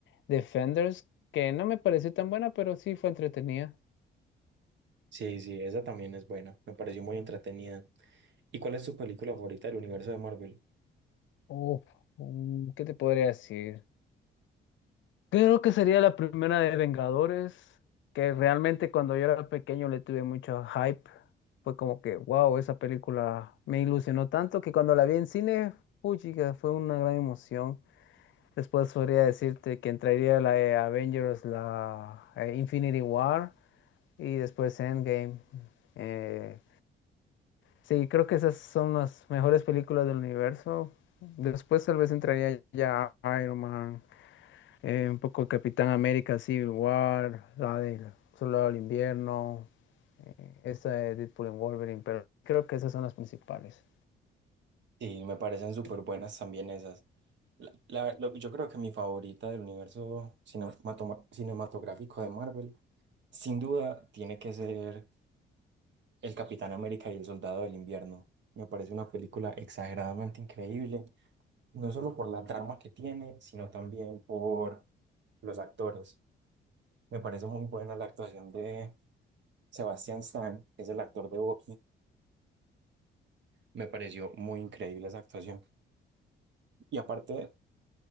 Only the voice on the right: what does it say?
Sí, sí, esa también es buena, me pareció muy entretenida. ¿Y cuál es tu película favorita del universo de Marvel?
Sí, me parecen súper buenas también esas. La- la- lo- yo creo que mi favorita del universo cinematoma- cinematográfico de Marvel, sin duda, tiene que ser El Capitán América y el Soldado del Invierno. Me parece una película exageradamente increíble, no solo por la trama que tiene, sino también por los actores. Me parece muy buena la actuación de Sebastian Stan, que es el actor de Bucky. Me pareció muy increíble esa actuación. Y aparte